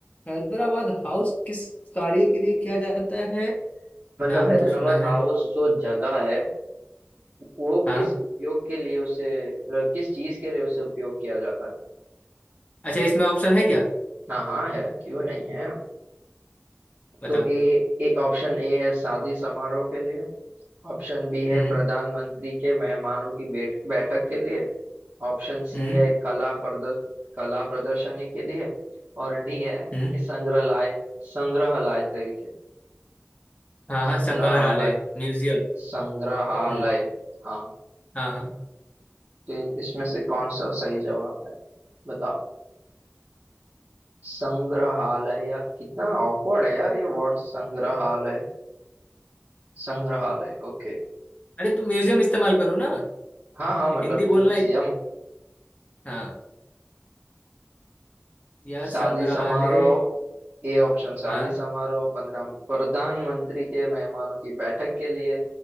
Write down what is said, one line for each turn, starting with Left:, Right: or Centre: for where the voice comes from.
Left: हैदराबाद हाउस किस कार्य के लिए किया जाता है
Right: मतलब
Left: नाम
Right: हैदराबाद
Left: तो सुना
Right: हाउस
Left: है
Right: जो जगह है वो
Left: हाँ
Right: किस उपयोग के लिए उसे मतलब किस चीज के लिए उसे उपयोग किया जाता है
Left: अच्छा इसमें ऑप्शन है क्या
Right: हाँ हाँ है क्यों नहीं है
Left: बताओ
Right: तो ए ए ऑप्शन ए है शादी समारोह के लिए ऑप्शन बी है
Left: हम्म
Right: प्रधानमंत्री के मेहमानों की बैठ, बैठक के लिए ऑप्शन सी
Left: हम्म
Right: है कला प्रदर्श कला प्रदर्शनी के लिए और डी है
Left: हम्म
Right: कि संग्रहालय संग्रहालय तरीके
Left: हाँ
Right: संग्रहालय
Left: हाँ संग्रहालय म्यूजियम
Right: संग्रहालय
Left: हम्म
Right: हाँ
Left: हाँ हाँ
Right: तो इन- इसमें से कौन सा सही जवाब है बताओ संग्रहालय यार कितना ऑकवर्ड है यार ये वर्ड संग्रहालय संग्रहालय ओके
Left: अरे तुम म्यूजियम इस्तेमाल करो ना
Right: हाँ हाँ मतलब
Left: हिंदी
Right: म्यूजियम
Left: बोलना है हाँ यार संग्रहालय
Right: शादी समारोह ए ऑप्शन शादी
Left: हाँ
Right: समारोह पंद्रह प्रधानमंत्री के मेहमानों की बैठक के लिए